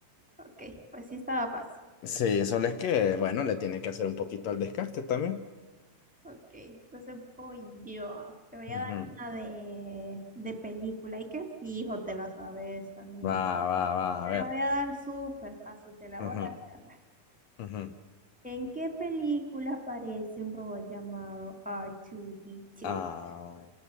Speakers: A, in the centre; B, on the left.
A: Ok, pues sí estaba fácil.
B: Sí, solo es que, bueno, le tiene que hacer un poquito al descarte también.
A: Ok, entonces voy yo. Te voy a
B: Ujú.
A: dar una de, de película y que fijo te la sabes también.
B: Va, va, va,
A: Te
B: a ver.
A: la voy a dar súper fácil, te la
B: Ujú,
A: voy a regalar.
B: ujú.
A: ¿En qué película aparece un robot llamado R2D2?
B: Ah,